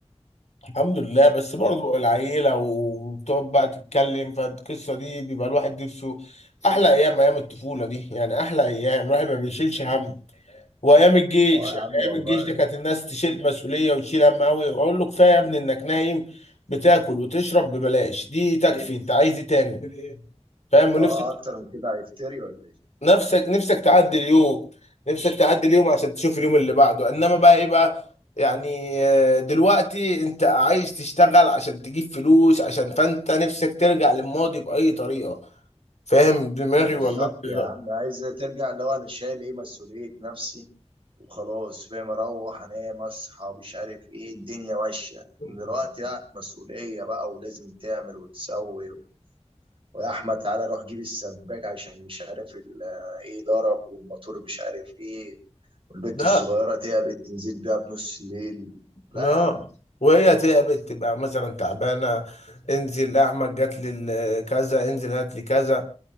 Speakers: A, on the left; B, on the right.
A: الحمد لله بس برضه
B: اه
A: العيلة وبتقعد بقى تتكلم فالقصة دي بيبقى الواحد نفسه أحلى أيام أيام الطفولة دي يعني أحلى أيام الواحد ما بيشيلش هم وايام الجيش
B: اه يا
A: يعني
B: عم والله
A: ايام الجيش دي كانت الناس تشيل مسؤوليه وتشيل هم قوي اقول له كفايه يا ابني انك نايم بتاكل وتشرب ببلاش دي تكفي انت عايز ايه تاني فاهم ونفسك
B: اه اكتر من كده هيفتري ولا ايه
A: نفسك نفسك تعدي اليوم نفسك تعدي اليوم عشان تشوف اليوم اللي بعده انما بقى ايه بقى يعني آه، دلوقتي انت عايز تشتغل عشان تجيب فلوس عشان فانت نفسك ترجع للماضي باي طريقه فاهم دماغي
B: بالظبط
A: ولا انت إيه
B: يا
A: رأيك؟
B: عم عايز ترجع اللي هو انا شايل ايه مسؤولية نفسي وخلاص فاهم اروح انام اصحى مش عارف ايه الدنيا ماشية
A: <laughs>
B: من دلوقتي لا مسؤولية بقى ولازم تعمل وتسوي ويا احمد تعالى روح جيب السباك عشان مش عارف ال- ايه ضرب والموتور مش عارف ايه والبت
A: ده
B: الصغيره تعبت تنزل بيها بنص الليل لا
A: اه
B: يا عم
A: وهي تعبت تبقى مثلا تعبانه انزل احمد جات لي ال- كذا انزل هات لي كذا